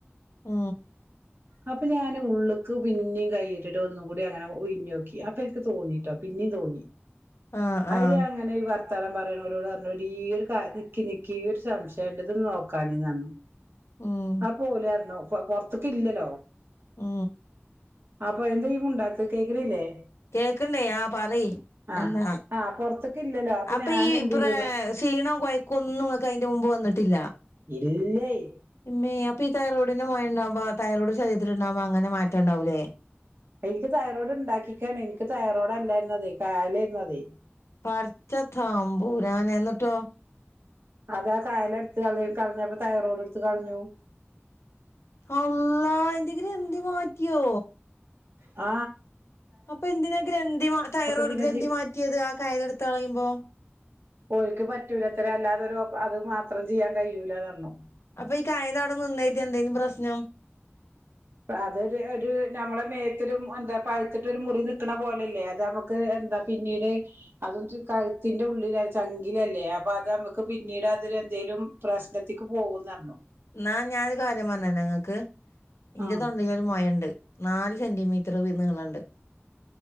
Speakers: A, on the left (about 80°); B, on the right (about 60°).
A: ആ
B: അപ്പൊ ഞാന് ഉള്ള്ക്ക് പിന്നീം കൈയിട്ടിട്ട് ഒന്നും കൂടി അങ്ങനെ ഉയ്ഞ്ഞോക്കി അപ്പൊ ഇൻക് തോന്നിട്ടോ പിന്നീം തോന്നി
A: ആഹ്
B: അയ്ല്
A: ആഹ്
B: ഞാങ്ങനെ ഈ വർ ത്താനം പറയണോരോട് പറഞ്ഞു എടീ ഒരു കാര്യ നിക്കി നിക്കി ഒരു സംശയണ്ട് ഇതൊന്നു നോക്കാണീന്നറഞ്ഞു
A: ഉം
B: ആ പോലർഞ്ഞു പൊറത്ത്ക്കില്ലലോ
A: ആ
B: അപ്പൊ എന്താ യീ മുണ്ടാത്ത് കേക്ക്ണില്ലേ
A: കേക്കണ്ടേ ആ പറയി
B: ആഹ്
A: എന്താ
B: ആഹ് പൊറത്ത്ക്ക് ഇല്ലല്ലോ
A: അപ്പൊ
B: ഞാൻ
A: ഈ
B: എന്ത്
A: പ്ര
B: ചെയ്തുന്ന്
A: ക്ഷീണം കൊയക്കൊന്നുംങ്ങക്കയിന്റെ മുമ്പ് വന്നിട്ടില്ല
B: ഇല്ലയ്
A: ഇമ്മേ അപ്പൊ ഈ തൈറോയിഡിന്റെ മൊയണ്ടാകുമ്പോ തൈറോയ്ഡ് ശരീത്തിണ്ടാവുമ്പോ അങ്ങനെ മാറ്റംണ്ടാവൂലേ
B: എനിക്ക് തൈറോയ്ഡ് ണ്ടാക്കിക്കാണ് എനിക്ക് തൈറോയ്ഡ് അല്ലായിര്ന്നതേ കയലേരുന്നതേ
A: പടച്ച തമ്പുരാനെ ന്നിട്ടോ
B: അതാ കയല എടുത്ത് കളഞ് കളഞ്ഞപ്പൊ തൈറോയ്ഡ് ടുത്ത് കളഞ്ഞു
A: അള്ളാ അയിന്റെ ഗ്രന്ധി മാറ്റിയോ
B: ആ
A: അപ്പൊ എന്തിനാ ഗ്രന്ഥി മ തൈറോയ്ഡ്
B: പിന്നെ
A: ഗ്രന്ഥി
B: ജി
A: മാറ്റേത് ആ കയലടുത്ത് കളയുമ്പോ
B: ഓൽക്ക് പറ്റൂലത്രേ അല്ലാതെ ഒരു ഓപ് അത് മാത്രം ചിയ്യാൻ കയൂലാന്ന് പറഞ്ഞു
A: അപ്പൊ ഈ കയല അവടെ നിന്നായിതി എന്തേന്നു പ്രശ്നം
B: അതൊരു ഒരു നമ്മളെ മേത്തൊരും എന്താ പഴുത്തിട്ട് ഒരു മുറി നിക്കണ പോലല്ലേ അത് നമുക്ക് എ എന്താ പിന്നീട് അതും കഴുത്തിന്റെ ഉള്ളില് ചങ്കിലല്ലേ അപ്പൊ അതമ്മക്ക് പിന്നീട് അതില് ന്തേലും പ്രശ്നത്തിക്ക് പോകുന്നറഞ്ഞു
A: ന്നാ ഞാനൊരു കാര്യം പറഞ്ഞേരണൊങ്ങക്ക് ഇന്റെ
B: ആഹ്
A: തൊണ്ടേല് ഒരു മൊയണ്ട് നാല് സെന്റിമീറ്റർ നീളണ്ട്